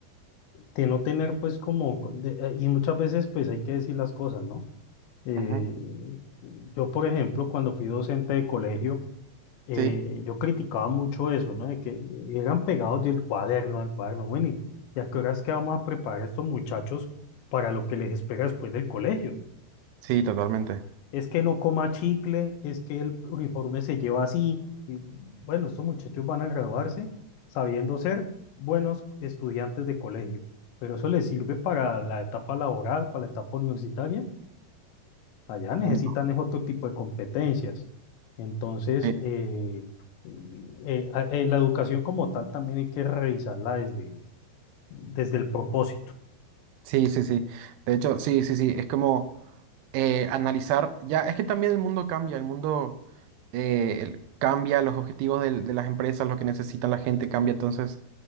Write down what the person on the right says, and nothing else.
Ujú.
Sí,
sí, totalmente.
Mm,
eh,
Sí, sí, sí. De hecho, sí, sí, sí. Es como eh, analizar, ya, es que también el mundo cambia, el mundo eh, el- cambia, los objetivos del- de, las empresas, lo que necesita la gente cambia, entonces